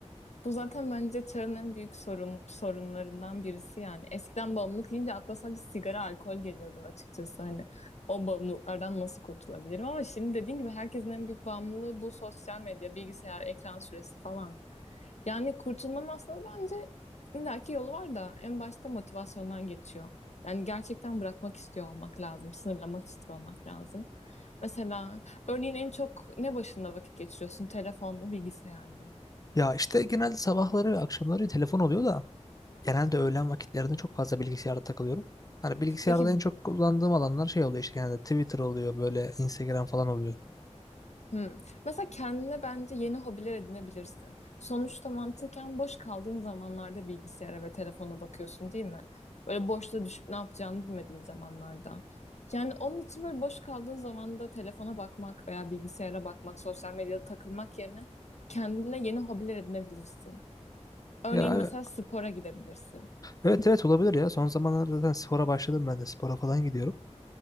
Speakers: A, on the left; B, on the left.
A: bu zaten bence çağın en büyük sorun sorunlarından birisi yani. Eskiden bağımlılık deyince akla sadece sigara, alkol geliyordu açıkçası hani o bağımlılıklardan nasıl kurtulabilirim ama şimdi dediğin gibi herkesin en büyük bağımlılığı bu sosyal medya, bilgisayar, ekran süresi falan. Yani kurtulmanın aslında bence illaki yolu var da en başta motivasyondan geçiyor. Yani gerçekten bırakmak istiyor olmak lazım, sınırlamak istiyor olmak lazım. Mesela Örneğin en çok ne başında vakit geçiriyorsun? Telefon mu, bilgisayar mı?
B: Ya işte genelde sabahları ve akşamları telefon oluyor da genelde öğlen vakitlerinde çok fazla bilgisayarda takılıyorum. Hani bilgisayarda
A: Peki
B: en çok kullandığım alanlar şey oluyor işte genelde Twitter oluyor böyle Instagram falan oluyor.
A: hmm. Mesela kendine bence yeni hobiler edinebilirsin. Sonuçta mantıken boş kaldığın zamanlarda bilgisayara ve telefona bakıyorsun değil mi? Böyle boşta düşüp ne yapacağını bilmediğin zamanlarda. Yani onun için böyle boş kaldığın zamanda telefona bakmak veya bilgisayara bakmak, sosyal medyada takılmak yerine kendine yeni hobiler edinebilirsin. Örneğin
B: Ya
A: mesela spora gidebilirsin.
B: evet evet olabilir ya. Son zamanlarda zaten spora başladım ben de spora falan gidiyorum.